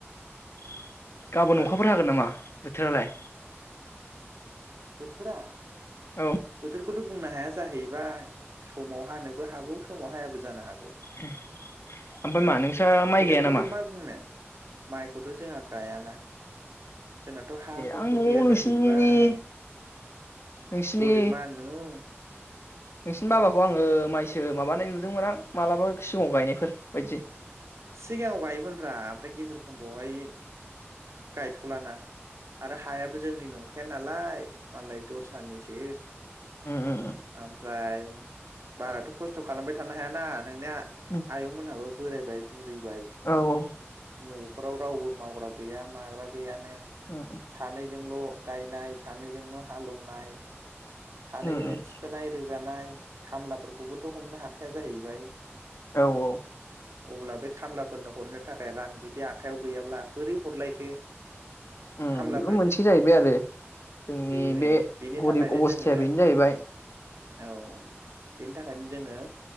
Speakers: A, on the left (about 65°); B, on the right (about 90°).
A: <inaudible> गाबोन
B: मा
A: अखाफोर हागोन नामा? बोथोरालाय
B: बोथोरा
A: औ
B: बोथोर खौथ' बुंनो हाया जाहैबाय समाव हानोबो हागौ समाव हायाबो जानो हा
A: उम ओमफाय मा नोंसा माइ
B: बोथोरखौथ'
A: गाया नामा?
B: मा बुंनो माइखौथ' जोंहा गायाना जोंनाथ' हा
A: ए
B: हुबो
A: आं न'आव
B: गैया
A: नोंसिनि
B: जाहैबाय
A: नोंसिनि
B: गरिब मानु उम
A: नोंसिनि बाबाखौ आङो माइसो माबानाय नुदोंमोन आं मालाबा सिगाङाव गायनायफोर बायदि
B: सिगाङाव गायोमोनब्रा ओमफ्राय गेजेर खन्द'आवहाय गायथ'लाना आरो हायाबो जोंनि नंखाया नालाय मालाय दस्रानिसो
A: उम उम
B: ओमफ्राय बाराथ खस्थ खालामबाय थानो हायाना नोंनिया
A: उम
B: आयं मोनहाबो बोरायबाय बुरिबाय
A: औ औ
B: नखराव रावबो मावग्रा गैया माग्रा गैयानो
A: उम
B: सानैजोंल गायनाय सानैजोंनो हालौवनाय सानैजोंनो
A: उम उम
B: थिखोनाय रोगानाय खामलाफोरखौबोथ हमनो हाखाया जाहैबाय
A: औ औ
B: अब्ला बे खामलाफोरनो हरनो थाखाय रां जुदि आखाइायाव गैयाब्ला बोरै हरलायखो
A: उम
B: खामलाफोरनो
A: बेबो मोनसे जाहैबाय आरो जोंनि
B: बेनो
A: बे
B: बेनि
A: गरिब
B: थाखायनो
A: अबस्थाया
B: जोङो
A: बेनो जाहैबाय
B: औ बेनि थाखायनो जोङो